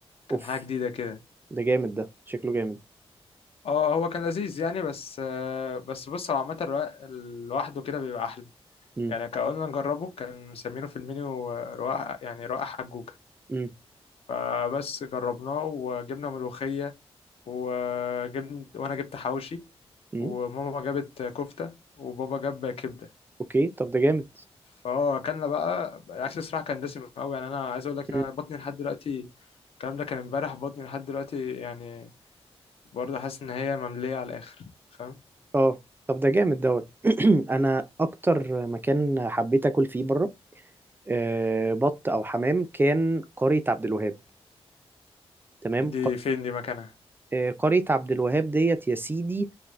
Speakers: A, on the left; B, on the right.
A: كان
B: اوف
A: حاجه جديده كده
B: ده جامد ده شكله جامد
A: اه هو كان لذيذ يعني بس آه، بس بص هو عامه الرقاق لوحده كده بيبقى احلى
B: امم
A: يعني كان قلنا نجربه كان مسمينه في المنيو آه، رقاق يعني رقاق حجوجه
B: امم
A: فبس جربناه وجبنا ملوخيه وجبت وانا جبت حواوشي
B: امم
A: وماما جابت كفتة وبابا جاب كبدة
B: اوكي طب ده جامد
A: فهو اكلنا بقى الاكل الصراحة كان دسم قوي يعني انا عايز اقول لك ان
B: مم.
A: انا بطني لحد دلوقتي الكلام ده كان امبارح بطني لحد دلوقتي يعني برضه حاسس ان هي مملية على الاخر فاهم
B: اه طب ده جامد دوت <clears throat> انا اكتر مكان حبيت اكل فيه بره آه، بط او حمام كان قرية عبد الوهاب تمام
A: دي فين دي مكانها
B: آه، قرية عبد الوهاب ديت يا سيدي